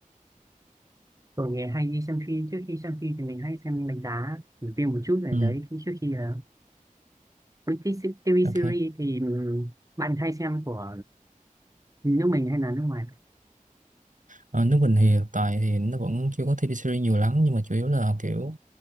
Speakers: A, on the right; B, on the right.
A: tôi nghe hay đi xem phim trước khi xem phim thì mình hay xem đánh giá review phim một chút về
B: ừ
A: đấy khi- trước khi là British TV
B: ok
A: series thì ừm, bạn hay xem của nước mình hay là nước ngoài
B: Ờ, nước mình thì hiện tại thì nó vẫn chưa có TV series nhiều lắm nhưng mà chủ yếu là kiểu